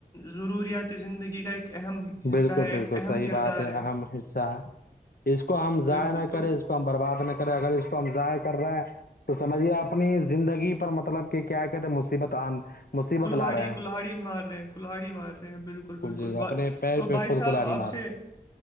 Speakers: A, on the left; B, on the left.
A: ضروریات زندگی کا ایک اہم حصہ
B: بالکل
A: ہے ایک
B: بالکل
A: اہم
B: صحیح
A: کردار
B: بات ہے اہم حصہ ہے اس کو ہم
A: بالکل
B: ضائع نہ
A: تو
B: کریں ہم برباد نہیں کریںے اگر اس کو ہم ضائع کر رہے ہیں تو سمجھیے اپنی زندگی پر مطلب کہ کیا کہتے ہیں مصیبت آن مصیبت
A: کلہاڑی
B: لا رہے
A: کلہڑی
B: ہیں
A: مار رہے ہیں کلہڑی مار رہے ہیں بالکل بالکل
B: جی اپنے پیر
A: تو
B: پہ
A: بھائی
B: خود
A: صاحب
B: کو لاری
A: آپ
B: مار
A: سے